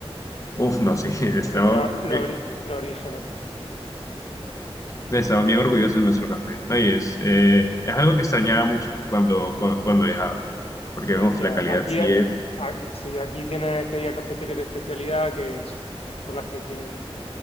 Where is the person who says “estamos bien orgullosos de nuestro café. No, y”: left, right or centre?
Left